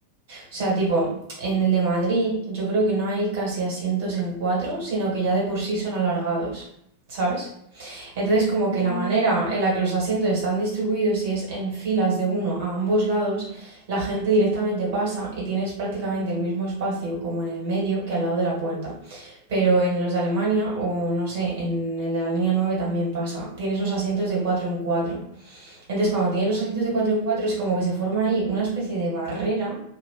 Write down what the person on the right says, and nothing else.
sea,
tipo, en el de Madrid, yo creo que no hay casi asientos en cuatro, sino que ya de por sí son alargados. ¿Sabes? Entonces, como
que la manera en la que los asientos están distribuidos, si es en filas de uno a ambos lados, la gente directamente pasa y tienes prácticamente el mismo espacio como en el medio que al lado de la puerta. Pero en los de Alemania o no sé, en el de la línea 9 también pasa. Tienes los asientos de 4 en cuatro Entonces, cuando tienes los asientos de cuatro
en 4 es como que se forma ahí una especie de barrera